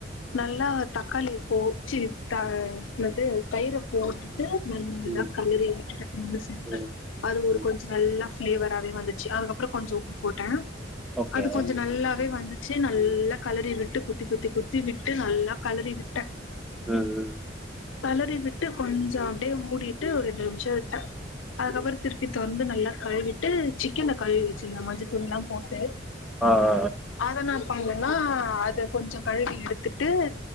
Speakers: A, on the left (about 85°); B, in the centre.
A: நல்லா தக்காளிய போ ச்சி த என்னது தயிர போட் டு நல்லா
B: ம்
A: கலறி விட்டுட ஒன்னு சேந்தா
B: ம்
A: அது ஒரு
B: ம்
A: கொஞ்ச நல்லா ஃப்ளேவராவே வந்துச்சு அதுக்கப்றோ கொஞ்ஜோ உப்பு போட்ட
B: ஓகே
A: அது கொஞ்ஜ நல்லாவே வந்துச் ச்சு நல்லா கலறி விட்டு குத்தி குத்தி குத்தி விட்டு நல்லா கலறி விட்ட
B: ம் ம்
A: கலறி விட்டு கொஞ்ஜோ அப்டியே மூடிட்டு ஒரு ரெண்டு நிமிஷ விட்ட அதுக்கப்ற திருப்பி தொறந்து நல்லா கழுவிட்டு சிக்கன கழுவி வச்சிருந்த மஞ்சத்தூள் எல்லாம் போட்டு
B: ஆ ஆ.
A: அத நா ப்பாங்கன்னா அத கொஞ்சம் கழுவி எடுத்துட்டு